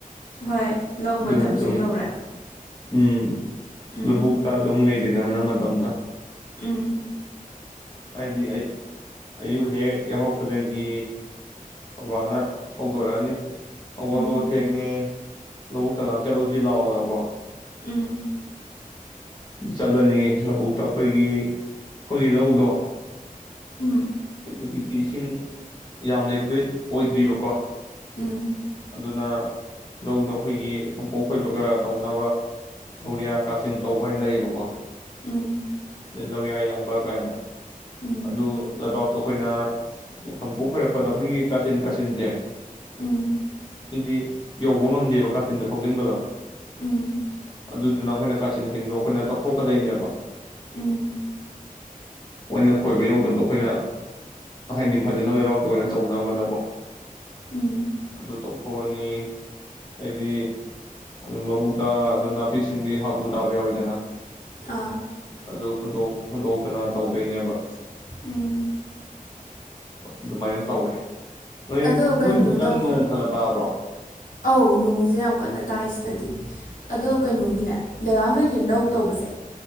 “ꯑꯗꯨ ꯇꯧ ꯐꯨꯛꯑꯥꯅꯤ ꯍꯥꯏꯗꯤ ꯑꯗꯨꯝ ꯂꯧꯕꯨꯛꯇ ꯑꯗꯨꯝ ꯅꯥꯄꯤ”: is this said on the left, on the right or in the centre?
Left